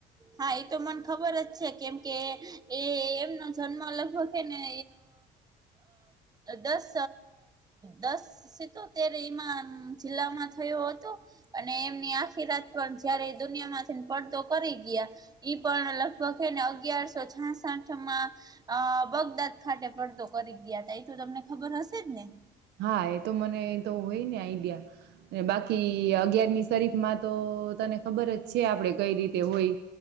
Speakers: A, on the right; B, on the right.
A: હા એ તો મને ખબર જ છે કેમ કે એ એમનો જન્મ લગભગ છેને. દસ દસ સતેર ઈમાન જિલ્લામાં થયો હતો અને એમની આખી રાત પણ જયારે દુનિયા માંથી પડતો કરી. ગ ઈ પણ લગભગ એને અગિયારસો છાસઠમાં બગદાદ ખાતે. પડતો કરી ગયા તા એ તો તમને ખબર હશે જ ને.
B: હા એ તો મને તો હોય ને આઈડિયા ને બાકી અગિયારમી શરીફ માં તો તો તને ખબર જ છે આપડે કઈ રીતે હોય.